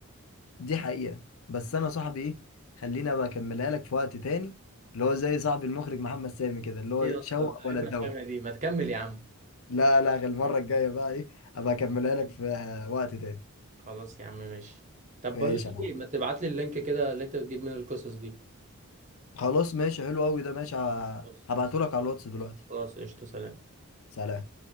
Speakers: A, on the left; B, on the right.
A: دي حقيقه بس انا صاحبي ايه خلينا بقى اكملها لك في وقت تاني اللي هو زي صاحب المخرج محمد سامي كده اللي هو
B: إيه أصلا
A: شوق
B: إيه
A: ولا
B: الرخامة
A: تدوق
B: دي ما تكمل يا عم
A: لا لا غير المره الجايه بقى ايه ابقى اكملها لك في آه، وقت تاني
B: خلاص يا عم ماشي طب
A: ماشي
B: بقول لك
A: يا عم.
B: إيه ما تبعت لي اللينك كده اللي أنت بتجيب منه القصص دي
A: خلاص ماشي حلو قوي ده ماشي
B: بص
A: هبعته لك على الواتس دلوقتي
B: خلاص قشطة سلام
A: سلام